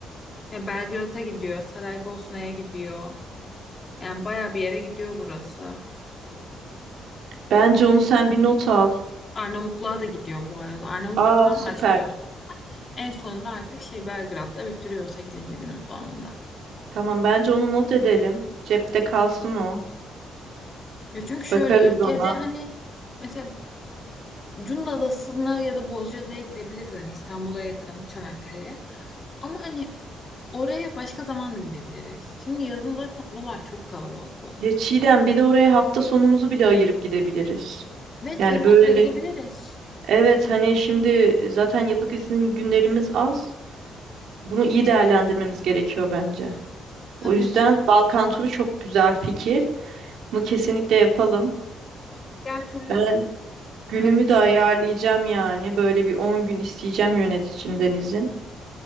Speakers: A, on the left; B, on the right.
A: e, Belgrad'a gidiyor, Saraybosna'ya gidiyor. Yani bayağı bir yere gidiyor burası.
B: Bence onu sen bir not al.
A: Arnavutluğa da gidiyor bu arada. Arnavutluk'tan
B: Aa süper.
A: başlıyor. En sonunda artık şey Belgrad'da bitiriyor sekizinci günün sonunda.
B: Tamam bence onu not edelim. Cepte kalsın o.
A: Ya çünkü şöyle
B: Bakarız
A: ülkede
B: ona.
A: hani mesela Cunda Adası'na ya da Bozcaada'ya gidebiliriz hani İstanbul'a yakın Çanakkale'ye. Ama hani oraya başka zaman da gidebiliriz. Şimdi yazın zaten oralar çok kalabalık olur.
B: Ya Çiğdem bir de oraya hafta sonumuzu bile ayırıp gidebiliriz.
A: Evet
B: Yani
A: feribotla
B: böyle
A: gidebiliriz.
B: evet hani şimdi zaten yıllık izin günlerimiz az. Bunu iyi değerlendirmemiz gerekiyor bence.
A: Tabii
B: O yüzden
A: ki
B: Balkan turu çok güzel fikir. Bunu kesinlikle yapalım.
A: diğer türlü
B: Ben günümü
A: hani ş-
B: de ayarlayacağım yani. Böyle bir 10 gün isteyeceğim yöneticimden izin.